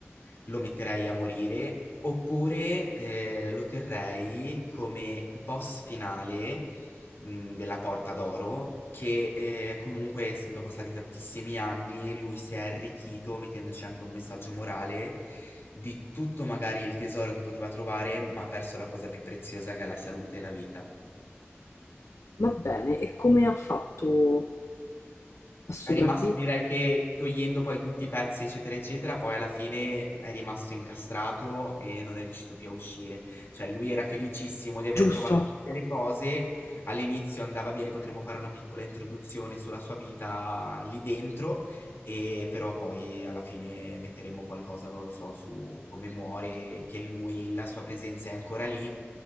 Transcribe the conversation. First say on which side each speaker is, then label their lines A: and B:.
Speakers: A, on the left; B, on the left.
A: lo metterei a morire, oppure, ehm, lo terrei come boss finale, mhmm, della Porta d'Oro che, ehm, comunque essendo passati tantissimi anni, lui si è arricchito mettendoci anche un messaggio morale di tutto magari il tesoro che poteva trovare, ma ha perso la cosa più preziosa che è la salute e la vita.
B: Va bene, e come ha fatto a sopravvivere?
A: È rimasto direi che togliendo poi tutti i pezzi, eccetera, eccetera, poi alla fine è rimasto incastrato e non è riuscito più a uscire. Cioè lui era felicissimo di aver
B: Giusto.
A: trovato tutte le cose, all'inizio andava bene, potremmo fare una piccola introduzione sulla sua vita lì dentro, e però poi alla fine metteremo qualcosa, non lo so, su come muore, che lui, la sua presenza è ancora lì